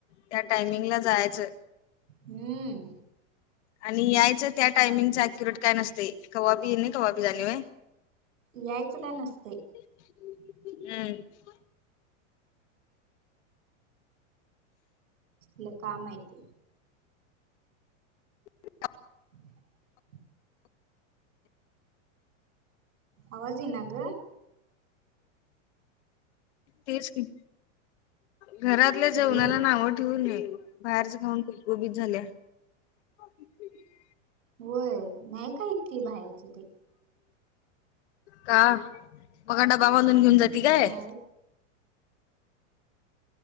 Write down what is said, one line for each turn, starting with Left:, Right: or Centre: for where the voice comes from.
Left: त्या टायमिंग ला जायचं.
Right: हम्म
Left: आणि यायचं त्या टायमिंगचं अक्युरेट काय नसते कवाबी ये नाही कवाबी जाणे वय.
Right: यायचं काय नसतय.
Left: <inaudible> हम्म
Right: लय काम आहेत.
Left: <inaudible>
Right: हम् <inaudible> आवाज ये नाग.
Left: तेचकी घरातल्या
Right: हॅलो
Left: जेवणाला नाव ठेऊ नये बाहेरच खाऊन गुबगुबीत झाल्या. अ <unintelligible>
Right: होय नाही का इतती बाहेरच ते
Left: का मग डबा बांधून घेऊन
Right: हम्म
Left: जाते काय?
Right: नाही